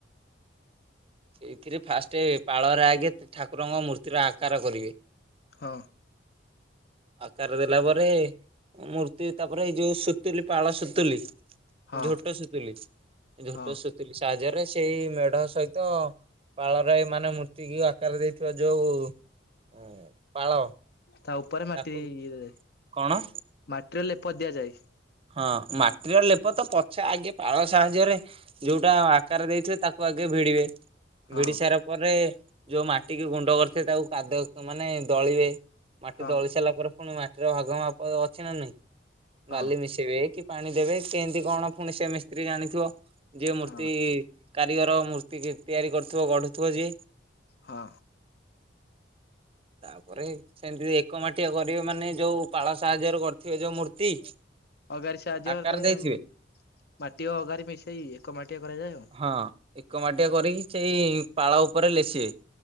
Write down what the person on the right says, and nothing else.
ସେଇଥିରେ ଫାଷ୍ଟ ପାଳରେ ଆଗେ ଠାକୁରଙ୍କ ମୂର୍ତ୍ତିର ଆକାର କରିବେ।
ଆକାର ଦେଲା ପରେ। ମୂର୍ତ୍ତି ତାପରେ ଏଇ ଯୋଉ ସୁତୁଲି ପାଳ ସୁତୁଲି
ଝୋଟ ଶୁତୁଲି। ଝୋଟ
ଶୁତୁଲି ସାହାଯ୍ୟରେ ସେଇ ମେଢ ସହି ତ ପାଳ ରାଇ ମାନେ ମୂର୍ତ୍ତିକୁ ଆକାର ଦେଇଥିବା ଯୋଉ ହୁଁ ପାଳ
ତାକୁ
କଣ
ହଁ ମାଟିର ଲେପ ତ ପଛେ ଆଗେ ପାଳ ସାହାଯ୍ୟରେ ଯୋଉଟା ଆକାର ଦେଇଥିବେ ତାକୁ ଆଗେ ଭିଡିବେ।
ଭିଡି ସାରା ପରେ ଯୋଉ ମାଟିକୁ ଗୁଣ୍ଡ କରିଥିଏ ତାକୁ କାଦ ମାନେ ଦଳିବେ। ମାଟି
ଦଳି ସାରିଲା ପରେ, ଫୁଣି ମାଟିର ଭାଗ ମାପ ଅଛି ନା ନାହିଁ,
ବାଲି ମିଶ ଇବେ କି ପାଣି ଦେବେ କେନ୍ତି କଣ ପୁଣି ସେ ମିସ୍ତ୍ରୀ ଜାଣିଥିବ ଯିଏ ମୂର୍ତ୍ତି
କାରିଗର ମୂର୍ତ୍ତିକି ତିଆରି କରୁଥିବ ଗଢ଼ୁଥିବ ଯିଏ।
ତା ପରେ ସେମିତି ଏକ ମାଟିଆ କରିବେ ମାନେ ଯୋଉ ପାଳ ସାହାଯ୍ୟରେ କରିଥିବେ ଯୋଉ ମୂର୍ତ୍ତି
ଆକାର ଦେଇଥିବେ
ହଁ ଏକ ମାଟିଆ କରିକି ସେଇ ପାଳ ଓପରେ ଲେସିବେ।